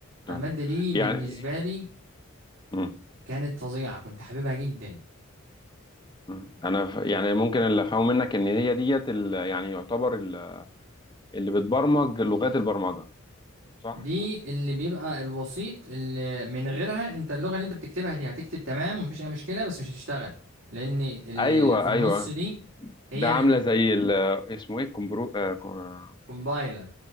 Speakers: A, on the right; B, on the left.
A: فالمادة
B: تمام
A: دي بالنسبة
B: يعني
A: لي
B: مم.
A: كانت فظيعة كنت حاببها جدا
B: مم. انا ف... يعني ممكن اللي افهمه منك ان هي ديت ال... يعني يعتبر ال... اللي بتبرمج لغات البرمجه صح
A: دي اللي بيبقى الوسيط اللي من غيرها انت اللغة اللي انت بتكتبها دي هتكتب تمام ومفيش اي مشكلة بس مش هتشتغل لان ال-
B: ايوه
A: اللي في النص
B: ايوه
A: دي هي
B: ده عامله
A: اللي
B: زي ال... اسمه ايه الكمبرو... آه، كو-
A: بتكمبايلر